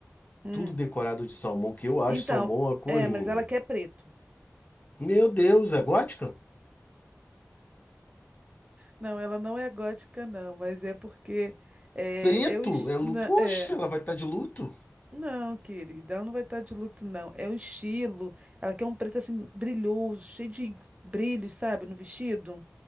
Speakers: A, on the right (about 25°); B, on the left (about 35°).
A: Hum.
B: tudo decorado de salmão, que eu acho
A: Então,
B: salmão uma cor
A: é,
B: linda.
A: mas ela quer preto.
B: Meu Deus, é gótica?
A: Não, ela não é gótica, não, mas é porque é,
B: Preto?
A: eu. es-
B: É, lu-
A: na-
B: poxa,
A: É.
B: ela vai estar de luto?
A: Não, querida, ela não vai estar de luto, não. É o estilo. Ela quer um preto assim, brilhoso, cheio de brilhos, sabe, no vestido.